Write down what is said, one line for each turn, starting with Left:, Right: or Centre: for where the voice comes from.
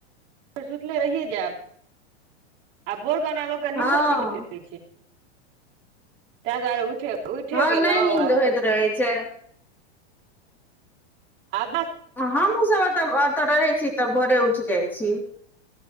Right: सुतले रहिये जैब आ भोर के ओना लोकके
Centre: हँ
Right: नीन्दो नीक रहै छै तैं दुआरे उइठे उइठे
Centre: हँ
Right: गेलौं
Centre: नय नींद होइत रहै छै
Right: आब
Centre: हमहूँ सब एतऽ एतऽ रहै छी तऽ भोरे उठ जाइ छी